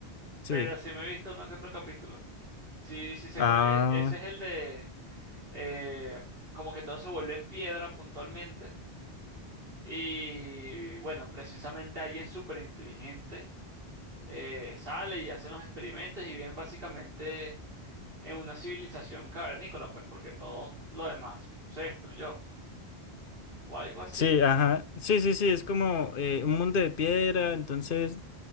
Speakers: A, on the left (about 55°); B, on the right (about 55°).
A: Sí.
B: pero sí me he visto uno que otro capítulo. Sí, sí sé
A: Ah,
B: cuál es. Ese es el de eh, como que todo se vuelve en piedra puntualmente. Y bueno, precisamente alguien súper inteligente eh, sale y hace los experimentos y bien básicamente en una civilización cavernícola, pues porque todo lo demás se destruyó o algo así.
A: sí, ajá. Sí, sí, sí, es como eh, un mundo de piedra, entonces